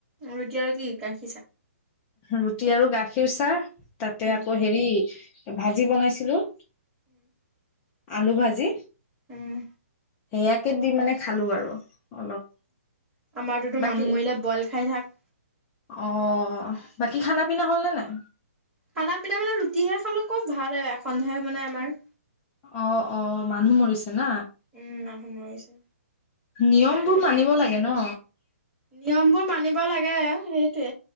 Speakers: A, on the right (about 15°); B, on the left (about 20°).
A: ৰুটি আৰু কি ক।
B: ৰুটি আৰু গাখ। ফিউচাৰ। তাতে
A: উম
B: আকৌ হেৰি। ভাজি বনাইছিলো।
A: <inaudible>
B: আলু ভাজি।
A: উম।
B: সেয়াকে দি মানে খালো আৰু। অলপ
A: আমাৰতোতো
B: বাকী
A: মানুহ মৰিলে বইল খাই থাক।
B: অ অ বাকী খানা পিনা হ'লনে নাই?
A: খানা পিনা মানে, ৰুটিহে খালো। খব <unintelligible> ভালহে এখনহে বনাই আমাৰ।
B: অ অ মানুহ মৰিছে। না
A: উম মানুহ মৰিছে
B: নিয়মবোৰ
A: সেইটো
B: মানিব
A: হয়
B: লাগে ন?
A: নিয়মবোৰ মানিব লাগে, সেইটোৱে।